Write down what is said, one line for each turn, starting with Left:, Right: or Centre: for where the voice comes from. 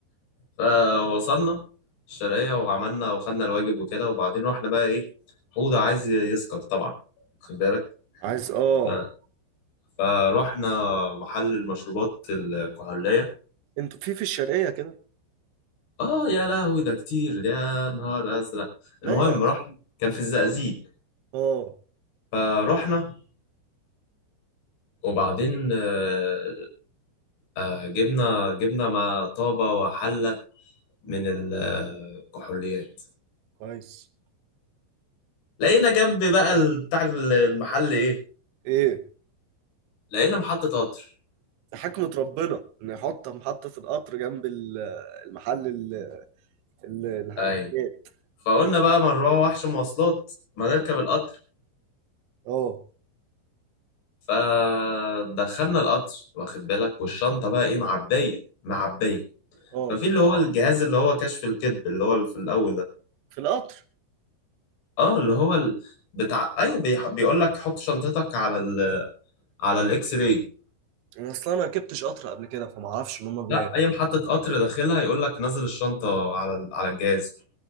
Left: فوصلنا الشرقية وعملنا وخدنا الواجب وكده وبعدين رحنا بقى ايه حوضة عايز يسكر طبعا خد بالك
Right: عايز اه
Left: ف- فروحنا محل المشروبات الكحولية
Right: انتوا في في الشرقية كده
Left: اه يا لهوي ده كتير يا نهار ازرق المهم
Right: لا يا اخي
Left: رحنا كان في الزقازيق
Right: اه
Left: فروحنا وبعدين آه، آه، جبنا جبنا ما طابة وحلة من الكحوليات
Right: كويس
Left: لقينا جنب بقى ال- بتاع المحل ايه
Right: ايه
Left: لقينا محطة قطر
Right: ده حكمة ربنا إنه يحط محطة القطر جنب ال- المحل ال- ال- الح- الحاجات
Left: ايوه فقلنا بقى ما نروح وحش مواصلات ما نركب القطر
Right: اه
Left: فدخلنا القطر واخد بالك والشنطة بقى ايه معبية معبية
Right: اه
Left: ففي اللي هو اه الجهاز اللي هو كشف الكذب اللي هو اللي في الأول ده
Right: في القطر
Left: اه اللي هو ال... بتاع ايوه بيح... بيقول لك حط شنطتك على ال... على الاكس راي
Right: أنا أصلا ما ركبتش قطر قبل كده فما أعرفش إن هما بيعملوا
Left: لا اي محطة قطر داخلها يقول لك نزل الشنطة على ال... على الجهاز